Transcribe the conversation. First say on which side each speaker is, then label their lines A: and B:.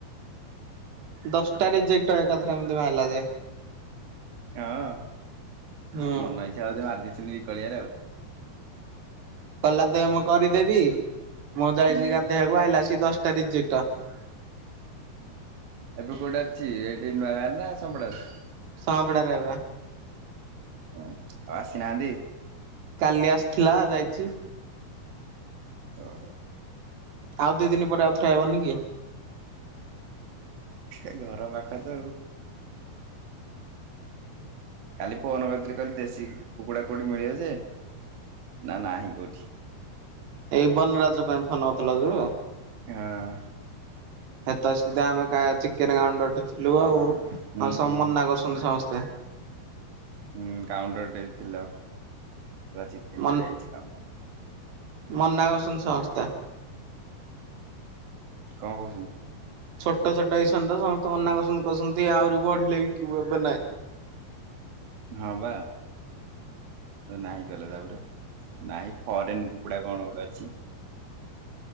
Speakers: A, on the right (about 85°); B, on the right (about 65°).
A: ଦଶଟା ରିଜେକ୍ଟ୍ ଏକାଥରେ ଏମିତି ବାହାରିଲା ଯେ
B: ହଁଅ-ଅ,
A: ହୁଁ।
B: ମନଇଚ୍ଛା ବୋଧେ ମାରିଦେଇଛନ୍ତି ବିକଳିଆରେ ଆଉ।
A: କଲା ଦେ ମୁଁ କରିଦେବି, ମୁଁ ଯାଇଛି
B: ହୁଁ
A: ଗାଧେଇବାକୁ ଆଇଲା ଆସିକି ଦଶଟା ରିଜେକ୍ଟ। ହୁଁ <unintelligible>
B: ଏବେ କୋଉଠି ଅଛି ଏଇଠି ନୂଆଗାଁରେ ନା ସମ୍ପଡାରେ?
A: ସମ୍ପଡାରେ ପା
B: ହୁଁ ଆସିନାହାନ୍ତି?
A: କାଲି ଆସିଥିଲା, ଯାଇଛି।
B: ଅହଁ।
A: ଆଉ ଦି ଦିନ ପରେ ଆଉଥରେ ଆଇବନି କି
B: ସେ ଘର ପାଖ ତ ଆଉ। କାଲି ଫୋନ କରିଥିଲି କହିଲି ଦେଶୀ କୁକୁଡା କୁକୁଡି ମିଳିବ ଯେ ନା ନାହିଁ କୋଉଠି
A: ଏଇ ବନ ରାଜ ପାଇଁ ଫୋନ୍ କରିଥିଲା କିଓ
B: ହଁ।
A: ଏତ ସିଧା ଆମେ କା ଚିକେନ ଗାଉଣ୍ଡଟି ଥିଲୁ ଆଉ।
B: ହୁଁ
A: ସବୁ
B: ହୁଁ
A: ମନା କରୁଚନ୍ତି ସମସ୍ତେ ତ
B: ହଁ କାଉଣ୍ଟର ଟେ ଥିଲା। ଚିକେନ
A: ମନ୍
B: ପାଇଁ ଆଇଚି କାଉଣ୍ଟର
A: ମନା କରଛନ୍ତି ସମସ୍ତେ
B: କଁ କହୁଚନ୍ତି?
A: ଛୋଟ ଛୋଟ ହେଇଚନ୍ତି ତ ସମସ୍ତେ ମନା କସନ୍ତି କସନ୍ତି ଆହୁରି ବଢିଲେ ବିକିବୁ ଏବେ ନାହିଁ।
B: <inaudible> ହଁ ପା ନାହିଁ କଲେ ତାପରେ ନାହିଁ ଫରେନ କ କୁକୁଡା କଣ ଗୋଟେ ଅଛି।